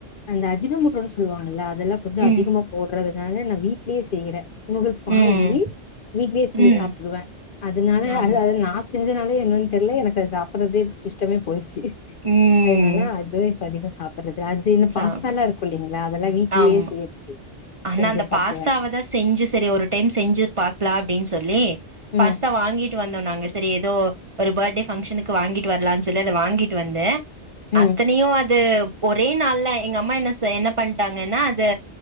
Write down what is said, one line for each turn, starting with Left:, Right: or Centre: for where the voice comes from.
Left: அந்த அஜினமோட்டோனு சொல்வாங்கள்ல அதெல்லா கொஞ்சோ
Right: ம்
Left: அதிகமா போடறது அதனால நா வீட்லயே செய்யற நூடுல்ஸ் வாங்கி
Right: ம்
Left: வீட்லயே செஞ்சு
Right: ம்
Left: சாப்பிடுவ அதுனால
Right: ஆமா
Left: அ நா செஞ்சனால என்னன் தெர்ல எனக்கு சாப்புடறதே இஷ்டமே போய்டு ச்சு
Right: ம்
Left: அதனால அது அதிக சாப்புறது அது இன்னு
Right: சாப்
Left: பாஸ்தாலா இருக்கு இல்லைங்ளா அதெல்லா வீட்லயே
Right: ஆமா
Left: செய்யறது
Right: ஆனா
Left: செஞ்சு
Right: அந்த
Left: சாப்பிடுவேன்.
Right: பாஸ்தாவதா செஞ்சு சேரி ஒரு டைம் செஞ்சு பாக்லா அப்டின் சொல்லி பாஸ்தா
Left: ம்.
Right: வாங்கிட்டு வ வந்தோ நாங்க சேரி ஏதோ ஒரு பர்டேபங்க்ஷனுக்கு வாங்கிட்டு வர்லான் சொல்லி அத வாங்கிட்டு வந்த
Left: ம்.
Right: அத்தனையு அது ஒரே நாள்ல எங்க அம்மா என்ன செய் என்ன பண்ணிட்டாங்கன்னா அது